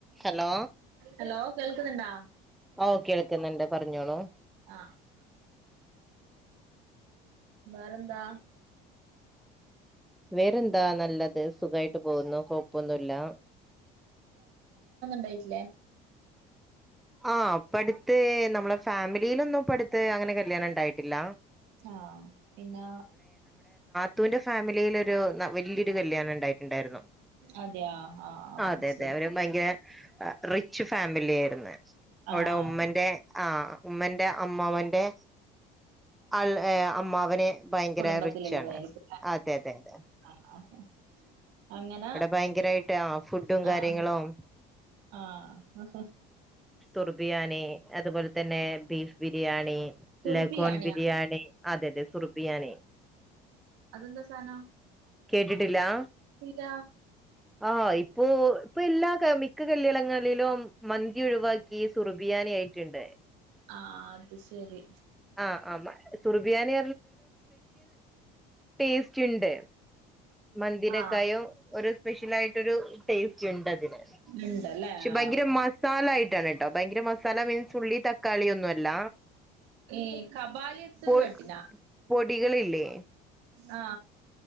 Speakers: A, in the centre; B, on the right (about 80°).
A: Hello
B: <inaudible> hello കേൾക്കുന്നുണ്ടോ
A: ഓ കേൾക്കുന്നുണ്ട് പറഞ്ഞോളൂ
B: ആ വേറെന്താ
A: വേറെന്താ നല്ലത് സുഖായിട്ട് പോകുന്നു കുഴപ്പൊന്നുല്ല
B: പോയിറ്റില്ലേ
A: ആ പ്പട്ത്ത് നമ്മളെ ഫാമിലീലൊന്നും പ്പട്ത്ത് അങ്ങനെ കല്യാണം ണ്ടായിട്ടില്ല
B: ആ പിന്നാ
A: ത്തൂൻ്റെ ഫാമിലിലൊര് ന വല്യൊരു കല്യാണം ണ്ടായ്രുന്നു ണ്ടായിരുന്നു
B: അതെയ ആഹ് ആഹ്
A: അതെ
B: അത്
A: അതെ
B: ശരി
A: അവര് ഭയങ്കര റിച്ച് ഫാമിലി ആയിരുന്നു <unintelligible> അവടെ
B: ആഹ്
A: ഉമ്മന്റെ ആ ഉമ്മന്റെ അമ്മാവൻറെ അൾ ഏ അമ്മാ അമ്മാവന് ഭയങ്കര
B: കുടുംബത്തിലുള്ളതായിരിക്കും
A: റിച്ചാണ് അതെ അതെ അതെ
B: ആഹ് അങ്ങനെ
A: അവടെ ഭയങ്കരായിട്ട് ആ ഫുഡുംകാര്യങ്ങളും
B: ആഹ് ആഹ്
A: സുറുബിയാനി അതുപോലെതന്നെ ബീഫ് ബിരിയാണി
B: തുർബിയാണിയാ
A: ലഗോൺ ബിരിയാണി അതെ അതെ സുറുബിയാനി
B: അതെന്താ സാനം
A: കേട്ടിട്ടില്ലാ
B: ഇല്ല
A: ആ ഇപ്പോ ഇപ്പൊ എല്ലാ കല്യാ മിക്ക കല്യാണങ്ങളിലും മന്തി ഒഴിവാക്കി ക്കി സുറുബി ബിയാനിയായിട്ട്ണ്ട്
B: ആ അത് ശെരി.
A: ആ ആ മ സുറുബിയാനി ടേസ്റ്റ് ഉണ്ട് മന്തിനെക്കായും
B: ആഹ്
A: ഒര് സ്പെഷ്യലായിട്ടൊരു ടേസ്റ്റ്ണ്ടതിന്.
B: ഉണ്ടല്ലേ
A: പക്ഷെ ഭയങ്കര
B: ആഹ്
A: മസാലായിട്ടാണ് ട്ടോ ഭയങ്കര മസാല മീൻസ് ഉള്ളി തക്കാളിയൊന്നല്ല
B: ഈ കബാലിയത്ത്
A: പൊ
B: കേട്ടിനാ
A: പൊടികളില്ലേ.
B: ആ